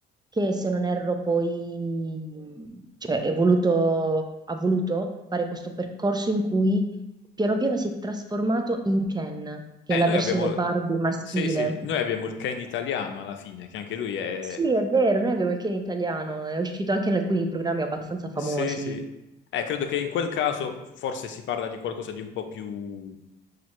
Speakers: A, on the right; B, on the left.
A: che, se non erro, poi cioè, è voluto, ha voluto fare questo percorso in cui piano piano si è trasformato in Ken, che
B: Eh,
A: è la
B: noi
A: versione
B: abbiamo,
A: Barbie maschile.
B: sì, sì, noi abbiamo il Ken italiano alla fine, che anche lui è,
A: Sì, è vero, noi abbiamo il Ken italiano, è uscito anche in alcuni programmi abbastanza famosi.
B: sì, sì. Eh, credo che in quel caso forse si parla di qualcosa di un po' più,